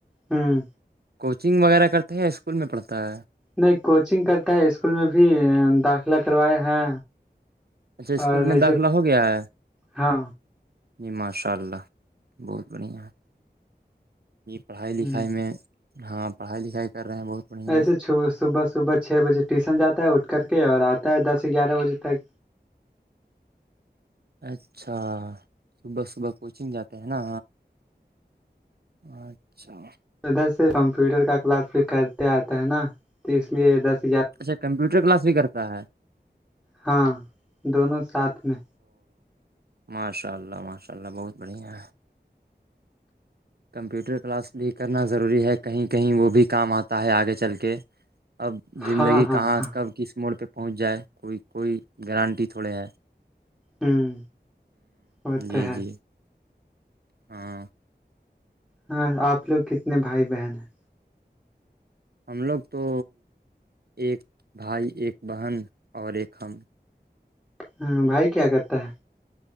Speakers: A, in the centre; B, on the right.
A: ہوں
B: کوچنگ وغیرہ کرتے ہیں اسکول میں پڑھتا ہے
A: نہیں کوچنگ کرتا ہے اسکول میں بھی داخلہ کروایا ہے
B: اچھا اسکول
A: اور
B: میں
A: ایسے
B: داخلہ ہو گیا ہے
A: ہاں
B: جی ماشاء اللہ بہت بڑھیا ہے پڑھائی لکھائی
A: ہ
B: میں ہاں پڑھائی لکھائی کر رہے ہیں بہت بڑھیا
A: وسےب صبح صبح چھ بجے ٹیوشن جاتا ہے اٹھ کر کے اور آتا ہے دس گیارہ بجے تک
B: اچھا صبح صبح کوچنگ جاتے ہیں نا اچھا
A: ادھر سے کمپیوٹر کا کلاس بھی کرتے آتا ہے نا تو اس لیے ادھر سے
B: اچھا کمپیوٹر کلاس بھی کرتا ہے
A: ہاں دونوں ساتھ میں
B: ماشاء اللہ ماشاء اللہ بہت بڑھیا ہے کمپیوٹر کلاس بھی کرنا ضروری ہے کہیں کہیں وہ بھی کام آتا ہے آگے چل کے اب زندگی
A: ہاں ہاں
B: کہاں
A: ہاں
B: کب کس موڑ پہ پہنچ جائے کوئی کوئی گارانٹی تھوڑے ہے
A: ہوں وہ
B: جی
A: تو ہے
B: جی ہاں
A: ہاں آپ لوگ کتنے بھائی بہن ہیں
B: ہم لوگ تو ایک بھائی ایک بہن اور ایک ہم
A: ہاں بائ کے آگتا